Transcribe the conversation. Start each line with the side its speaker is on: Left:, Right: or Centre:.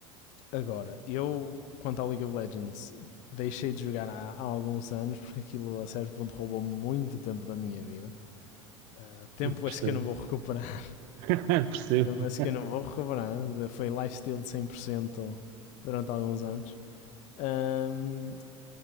Left: agora, eu, quanto ao League of Legends, deixei de jogar há, há alguns anos porque aquilo a certo ponto roubou muito tempo da minha vida. Uh, tempo
Right: percebo.
Left: é esse que eu não vou recuperar
Right: <laughs> Percebo.
Left: Eu penso que eu não vou recuperar. Foi lifestyle de 100% durante alguns anos. Ahm,